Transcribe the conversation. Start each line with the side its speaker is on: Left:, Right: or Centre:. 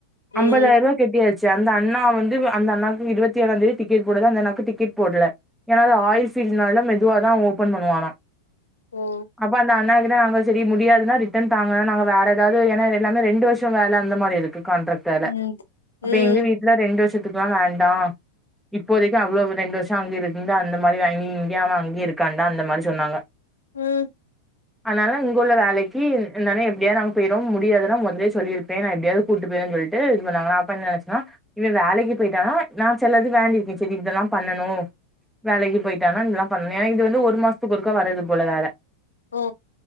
Left: ம்
Centre: அம்பதாயிருவா கெட்டியாச்சு அந்த அண்ணா வந்து அந்த அண்ணாக்கு இருவத்தி ஏழாந் தேதி டிக்கெட் போடுது அந்த அண்ணாக்கு டிக்கெட் போடல ஏனா அது ஆயில் ஃபீல்டுனால மெதுவாதா ஓபன் பண்ணுவானா
Left: ஓ
Centre: அப்ப அந்த அண்ணாக்குதா நாங்க செரி முடியாதுன்னா ரிட்டன் தாங்க நாங்க வேற எதாவது ஏனா எல்லாமே ரெண்டு வருஷ வேல அந்த மாரி இருக்கு கான்ட்ரேக்ட் வேல
Left: ம்
Centre: அப்ப
Left: ம்
Centre: எங்க வீட்ல ரெண்டு வருஷத்துகெல்லா வேண்டா இப்போதைக்கு அவ்ளவு ரெண்டு வருஷ அங்கிருந்து அந்த மாரி அங்க இங்கயு அவ அங்கய இருக்கான்டா அந்த மாரி சொன்னாங்க
Left: ம்
Centre: அதனால இங்குள்ள வேலைக்கு அந்தண்ண எப்டியாது நாங்க போய்ருவோ முடியாதுனா மொதலயே சொல்லிருப்பே நா எப்டியாது கூப்ட்டு போயிரு சொல்லிட்டு இது பண்ணாங்க நா அப்ப என்ன நெனச்சனா இவ வேலைக்கு போய்ட்டானா நா செல்லது வேண்டிருக்கே சேரி இதெல்லா பண்ணணு வேலைக்கு போயிட்டானா இதெல்லா பண்ணனு ஏனா இது வந்து ஒரு மாசத்துக்கு ஒருக்கா வரது போல வேல
Left: ஓ